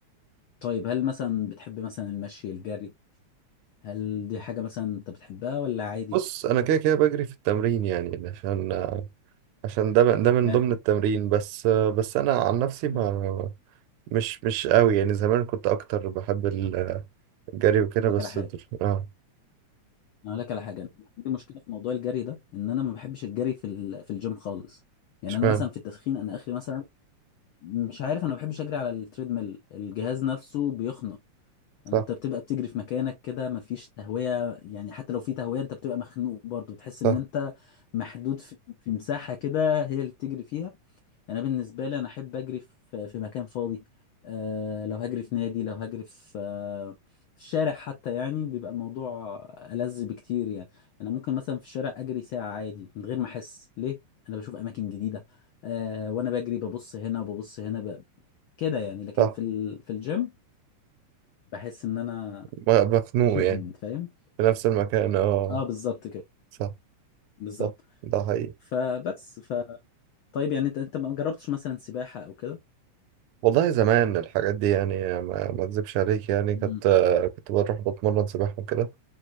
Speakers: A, on the left; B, on the right.
A: طيب هل مثلا بتحب مثلا المشي الجري هل دي حاجة مثلا انت بتحبها ولا عادي
B: بص انا كده كده بجري في التمرين يعني عشان عشان ده ده من
A: يعني
B: ضمن التمرين بس بس انا عن نفسي ما
A: مم.
B: مش مش قوي يعني زمان كنت اكتر بحب الجري وكده
A: أقول
B: بس
A: لك على حاجة
B: دل- اه
A: انا اقول لك على حاجة أنا عندي مشكلة في موضوع الجري ده ان انا ما بحبش الجري في ال... في الجيم خالص يعني
B: اشمعنى
A: انا مثلا في التسخين انا اخري مثلا مش عارف انا ما بحبش اجري على التريدميل الجهاز نفسه بيخنق يعني
B: صح
A: انت بتبقى بتجري في مكانك كده مفيش تهوية يعني حتى لو في تهوية انت بتبقى مخنوق برضه بتحس ان
B: صح
A: انت محدود في, في مساحة كده هي اللي بتجري فيها انا بالنسبه لي انا احب اجري في في مكان فاضي أه لو هجري في نادي لو هجري في آه، في الشارع حتى يعني بيبقى الموضوع ألذ بكتير يعني انا ممكن مثلا في الشارع اجري ساعه عادي من غير ما احس ليه انا بشوف اماكن جديده أه وانا بجري ببص هنا وببص هنا ب... كده يعني لكن
B: صح
A: في ال... في الجيم بحس ان انا
B: م- مخنوق
A: <laughs>
B: يعني
A: فاهم
B: في نفس المكان اه
A: اه بالظبط كده
B: صح
A: بالظبط
B: صح ده حقيقي
A: فبس ف طيب يعني انت انت ما جربتش مثلا سباحه او كده
B: والله زمان الحاجات دي يعني ما ما اكذبش عليك يعني كنت
A: امم
B: كنت بروح بتمرن سباحة وكده